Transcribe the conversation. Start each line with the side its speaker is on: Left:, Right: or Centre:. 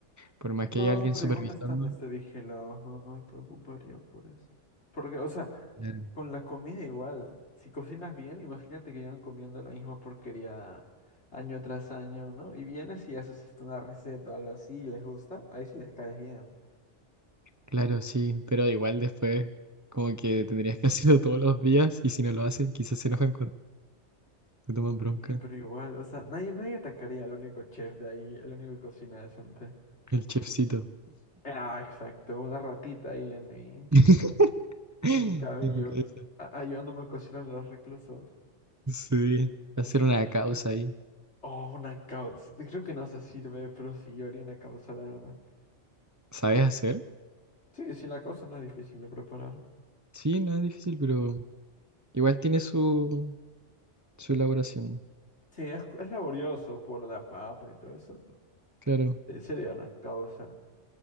Right: por más
Left: No,
Right: que haya alguien
Left: pero
Right: supervisando.
Left: igual están este, vigilados, no, no me preocuparía por eso. Porque, o sea,
Right: Claro.
Left: con la comida igual, si cocinas bien, imagínate que llevan comiendo la misma porquería año tras año, ¿no? Y vienes y haces hasta una receta o algo así y les gusta, ahí sí les caes bien.
Right: Claro, sí, pero igual después como que tendrías que <laughs> hacerlo todos los días y si no lo hacen quizás se enojan cuando te toman bronca.
Left: Sí, pero igual, o sea, nadie, nadie atacaría al único chef de ahí, el único que cocina decente.
Right: El chefcito.
Left: Ah, exacto, una ratita ahí en mi,
Right: <laughs>
Left: en mi cabello,
Right: En mi cabeza.
Left: a- ayudándome a cocinar a los reclusos.
Right: Sí, hacer
Left: Y sí,
Right: una causa ahí.
Left: oh, una causa. Creo que no se sirve, pero sí, yo haría una causa, la verdad.
Right: ¿Sabes hacer?
Left: Sí, sí, la causa no es difícil de preparar.
Right: Sí, no es difícil, pero igual tiene su, su elaboración.
Left: Sí, es, es laborioso por la papa y todo eso.
Right: Claro.
Left: Sí, sería una causa.